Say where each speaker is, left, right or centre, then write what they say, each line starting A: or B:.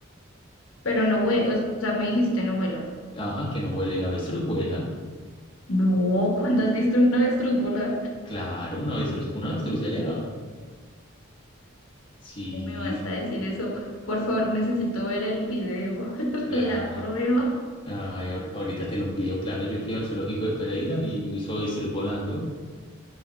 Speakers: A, on the left (about 80°); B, on the left (about 25°).
A: pero no hue, o sea, me dijiste no vuela.
B: Ajá, que no vuela y la avestruz vuela.
A: No, ¿cuándo has visto un avestruz volar?
B: Claro, una avestruz, una avestruz se eleva. Sí,
A: ¿Cómo me vas a decir eso? Por favor, necesito ver el video, <laughs>
B: claro.
A: la prueba.
B: Ay, ahor- ahorita te lo envío, claro. Yo que iba al zoológico de Pereira y yo vi hice avestruz volando.